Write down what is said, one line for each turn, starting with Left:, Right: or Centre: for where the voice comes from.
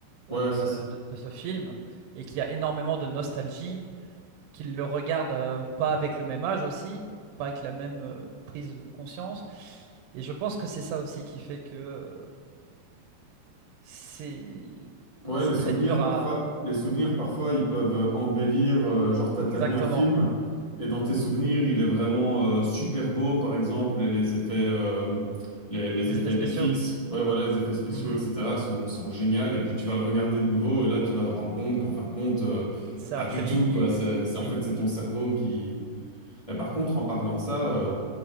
Left: Ouais,
Right: euh,
Left: c'est
Right: de, de ce film et qu'il y a énormément de nostalgie, qu'ils le regardent euh, pas avec le même âge aussi, pas avec la même euh, prise de conscience. Et je pense que c'est ça aussi qui fait que euh, c'est
Left: Ouais,
Right: c'est
Left: les souvenirs
Right: très dur
Left: parfois,
Right: à...
Left: les souvenirs parfois, ils peuvent euh, embellir. euh, genre, t'as, t'as
Right: Exactement,
Left: vu un film et dans tes souvenirs, il est vraiment euh, super beau, par exemple, et les effets, euh, les, les
Right: les
Left: effets
Right: effets spéciaux.
Left: FX, ouais, voilà, les effets spéciaux,
Right: Mhm.
Left: etc. sont sont géniaux. Et puis tu vas le regarder de nouveau et là, tu vas te rendre compte qu'en fin de compte, euh,
Right: Ça
Left: pas
Right: a très
Left: du tout,
Right: vieilli,
Left: quoi. C'est, c'est- en
Right: oui.
Left: fait, c'est ton cerveau qui. Et par contre, en parlant de ça. euh,